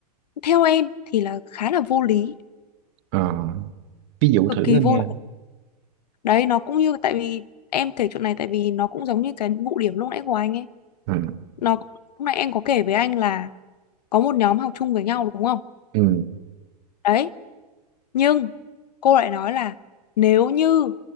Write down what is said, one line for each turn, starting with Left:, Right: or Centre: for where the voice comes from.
Left: theo em thì là khá là vô lý
Right: à ví dụ
Left: cực
Right: thử
Left: kỳ
Right: anh
Left: vô
Right: nghe
Left: lý đấy nó cũng như tại vì em kể chuyện này tại vì nó cũng giống như cái vụ điểm lúc nãy của anh ấy
Right: à
Left: nó lúc nãy em có kể với anh là có một nhóm học chung với nhau đúng không
Right: ừ
Left: đấy nhưng cô lại nói là nếu như